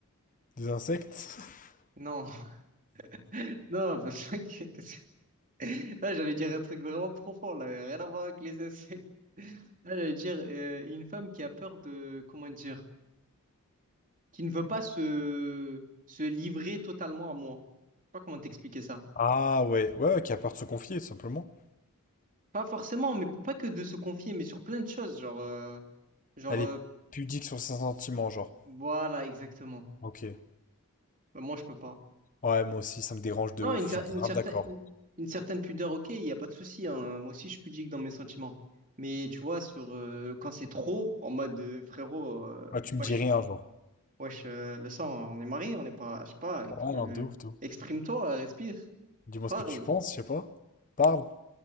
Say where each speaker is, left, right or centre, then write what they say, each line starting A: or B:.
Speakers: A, on the left (about 35°); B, on the right (about 40°).
A: Des insectes? <laughs>
B: Non, <laughs> non, parce que... <laughs> Là, j'allais dire un truc vraiment profond, là, rien à voir avec les insectes. Là, j'allais dire euh, une femme qui a peur de, comment dire, qui ne veut pas se, se livrer totalement à moi. Je sais pas comment t'expliquer ça.
A: Ah ouais, ouais, ouais, qui a peur de se confier, tout simplement.
B: Pas forcément, mais pas que de se confier, mais sur plein de choses, genre, euh, genre,
A: Elle
B: euh,
A: est pudique sur ses sentiments, genre.
B: voilà, exactement.
A: Ok.
B: Ben, moi, je peux pas.
A: Ouais, moi aussi, ça me dérange de
B: Non,
A: ouf,
B: une, cer-
A: je suis
B: une
A: grave
B: certaine,
A: d'accord.
B: une, une certaine pudeur, ok, il n'y a pas de souci, hein. Moi aussi, je suis pudique dans mes sentiments. Mais tu vois, sur euh, quand c'est trop, en mode euh, frérot, euh,
A: Ouais, tu me
B: wesh.
A: dis rien, genre.
B: Wesh, euh, le sang, on est mariés, on n'est pas, je sais pas, ex-
A: Ouais, non,
B: euh,
A: de ouf, de ouf.
B: exprime-toi, respire,
A: Dis-moi
B: parle.
A: ce que tu penses, je sais pas. Parle,